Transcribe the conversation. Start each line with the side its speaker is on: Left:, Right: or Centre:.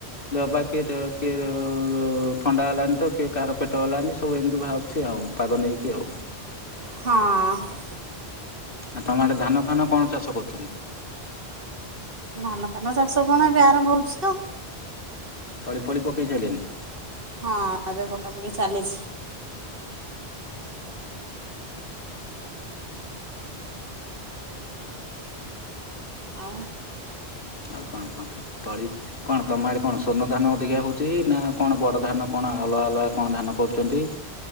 Left: ଦେବା କିଏ କିଏ ଥଣ୍ଡା ହେଲାଣି ତ କିଏ କାହାର ପେଟ ହେଲାଣି ସବୁ ଏମିତି ବାହାରୁ ଚି ଆଉ ପାଗ ନେଇକି ଆଉ।
Right: ହଁ।
Left: ଆଉ ତମ ଆଡେ ଧାନ ଫାନ କଣ ଚାଷ କରୁଛନ୍ତି?
Right: ଧାନ ଫାନ ଚାଷ କଣ ଏବେ ଆରମ୍ଭ ହଉଛି ତ ଆଉ।
Left: ତଳିଫଳି ପକେଇ ସାଇଲେଣିି।
Right: ହଁ ଏବେ ପକାପକି ଚାଲିଛି। ଆଉ
Left: ଆଉ କଣ କୁହନ୍ତୁ ତଳି କଣ ତମ ଆଡ଼େ କଣ ସ୍ୱର୍ଣ୍ଣ ଧାନ ଅଧିକା ହଉଛି ନା କଣ ବଡ଼ ଧାନ କଣ ଅଲଗା ଅଲଗା କଣ ଧାନ କରୁଛନ୍ତି?